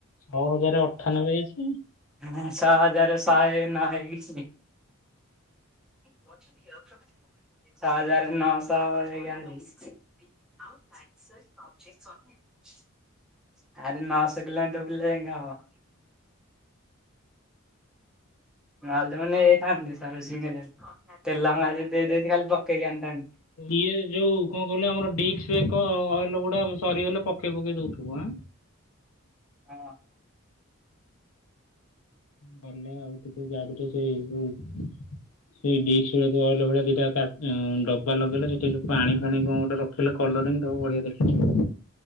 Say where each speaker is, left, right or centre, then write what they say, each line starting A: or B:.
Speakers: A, on the left; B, in the centre.
A: ଛଅ ହଜାର ଅଠାନବେ ହେଇଚି।
B: ହଁ ସ ହଜାର ସହ ନ ହେଇଚି। ଛଅ ହଜାର ନଅଶହ ଏଗାର। <unintelligible> ଆହୁରି ନଅଶହ କିଲୋମିଟର ବୁଲିଲେ ଯାଇ ହବ। ନହେଲେ ତ ମୁ ନେଇ ଯାଇଥାନ୍ତି ସରଭିଶିଂ ହେଲେ। ତେଲ ଭଙ୍ଗା ଯଦି ଦେଇଚି ଖାଲି ପକେଇକି ଆଣିଥାନ୍ତି।
A: ଇଏ ଯୋଉ କଣ କହିଲେ ଆମରଡିସ ବ୍ରେକ ଅଏଲ୍ ଗୁଡା ସରିଗଲେ ପକେଇ ପକେଇ ଦଉଥିବଁ।
B: ହଁ।
A: ଗଲେ ଆଉ ଟିକେ ଗାଡି ଟା ସେଇ ଯୋଉ ସେଇ ଡିସ୍ କହ ଭଳିଆ ଦିଟା ଡବା ଲଗେଇଲେ ସେଠିକ ପାଣି ଫାଣି କଣ ଗୋଟେ ର କହିଲେ କଲରିଂ ଦେବ ବଢିଆ ଦେଖାଯିବ।